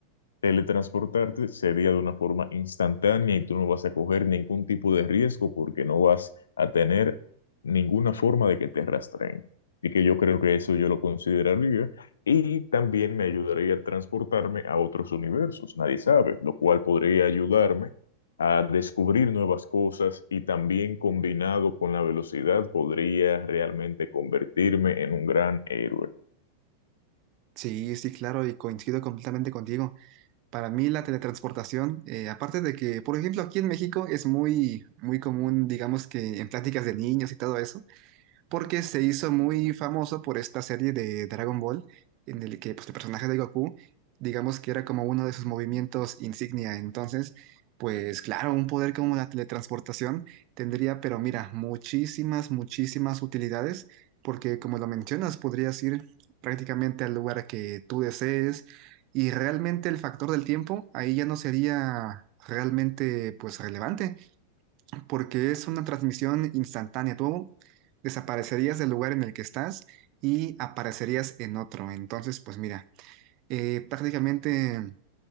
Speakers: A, on the left; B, on the right.
A: Teletransportarte sería de una forma instantánea y tú no vas a coger ningún tipo de riesgo porque no vas a tener ninguna forma de que te rastreen. Y que yo creo que eso yo lo consideraría. Y también me ayudaría a transportarme a otros universos, nadie sabe, lo cual podría ayudarme a descubrir nuevas cosas y también combinado con la velocidad podría realmente convertirme en un gran héroe.
B: Sí, sí, claro, y coincido completamente contigo. Para mí la teletransportación, eh, aparte de que, por ejemplo, aquí en México es muy, muy común, digamos que en pláticas de niños y todo eso, porque se hizo muy famoso por esta serie de Dragon Ball, en el que pues, el personaje de Goku, digamos que era como uno de sus movimientos insignia. Entonces, pues claro, un poder como la teletransportación tendría, pero mira, muchísimas, muchísimas utilidades, porque como lo mencionas, podrías ir prácticamente al lugar que tú desees, y realmente el factor del tiempo ahí ya no sería realmente pues relevante porque es una transmisión instantánea. Tú desaparecerías del lugar en el que estás y aparecerías en otro. Entonces, pues mira, eh, prácticamente